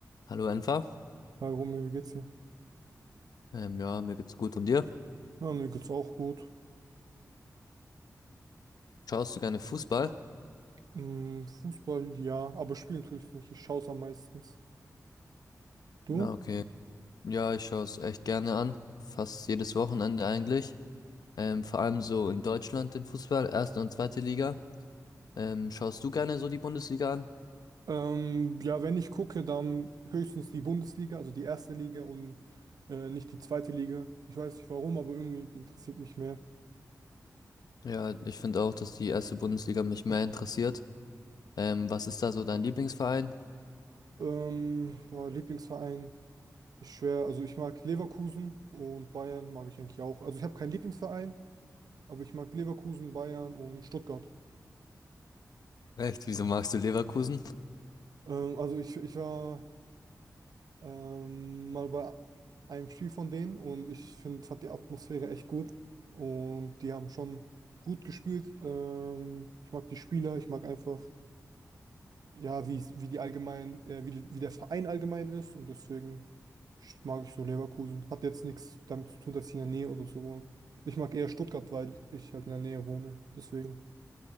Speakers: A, on the left; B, on the right.
A: Hallo Enfer.
B: Hi Romeo, wie geht's dir?
A: Ähm, ja, mir geht's gut. Und dir?
B: Ja, mir geht's auch gut.
A: Schaust du gerne Fußball?
B: Hm, Fußball, ja, aber spielen tue ich nicht. Ich schaue es am meistens. Du?
A: Ja, okay. Ja, ich schaue es echt gerne an. Fast jedes Wochenende eigentlich. Ähm, vor allem so in Deutschland den Fußball, erste und zweite Liga. Ähm, schaust du gerne so die Bundesliga an?
B: Ähm, ja, wenn ich gucke, dann höchstens die Bundesliga, also die erste Liga und äh, nicht die zweite Liga. Ich weiß nicht warum, aber irgendwie die interessiert mich mehr.
A: Ja, ich finde auch, dass die erste Bundesliga mich mehr interessiert. Ähm, was ist da so dein Lieblingsverein?
B: Ähm, boah, Lieblingsverein, ich schwör, also ich mag Leverkusen und Bayern mag ich eigentlich auch. Also ich habe keinen Lieblingsverein, aber ich mag Leverkusen, Bayern und Stuttgart.
A: Echt, wieso magst du Leverkusen?
B: Ähm, also ich, ich war ähm, mal bei einem Spiel von denen und ich finde, fand die Atmosphäre echt gut und die haben schon gut gespielt. Ähm, ich mag die Spieler, ich mag einfach, ja, wie, es- wie die allgemein, äh, wie, die- wie der Verein allgemein ist und deswegen sch- mag ich so Leverkusen. Hat jetzt nichts damit zu tun, dass ich in der Nähe oder so wohne. Ich mag eher Stuttgart, weil ich halt in der Nähe wohne. Deswegen.